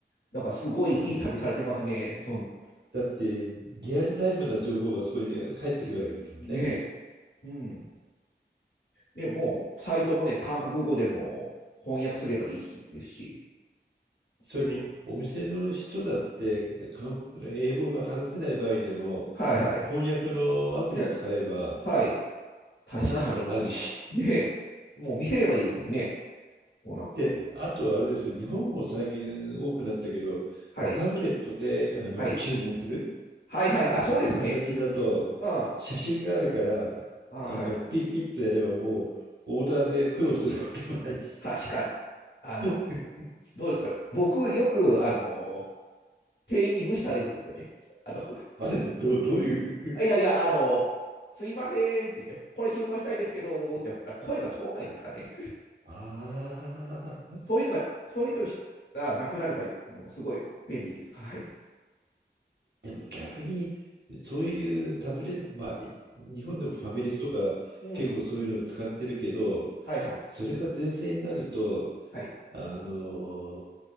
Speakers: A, on the left; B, on the right.
A: なんかすごいいい旅されてますね。
B: だって、
A: その
B: だって、リアルタイムな情報がそこに入ってくるわけですもんね。
A: ねえ。うん。ね、もう、サイトもね、韓国語でも翻訳すればいいし、ですし。
B: それにお店の人だってかん英語が話せない場合でも
A: なんか、はいはい。
B: 翻訳のアプリ使えば
A: ね、はい。確かに。
B: なんとかなるし。
A: ねえ。もう見せればいいですもんね。
B: <laughs>
A: もうなんか、
B: で、あとはあれですよ、日本も最近多くなったけど、
A: はい。
B: タブレットであの注文する、
A: はい。はいはい。
B: えー形だと写真があるからあのピッピッとやればもうオーダーで苦労することもないし、
A: あ、そうですね。うん。あ、はいはい。確かに。あの、
B: <laughs>
A: どうですか。僕、よく、あの、店員に無視されるんですよね。あの、
B: あれどう、どういう。
A: <laughs> いやいや、あの、すいませんって言って、これ注文したいですけど、ってもうな声が通んないですかね。
B: <laughs> ああ。
A: そういうのが、そういうのがなくなるから、もうすごい便利です。はい。
B: でも逆に、そういうタブレット、まあ、日本でもファミレスとか結構そういうのを使ってるけど、
A: うん。はいはい。
B: それが全盛になると、
A: はい。
B: あの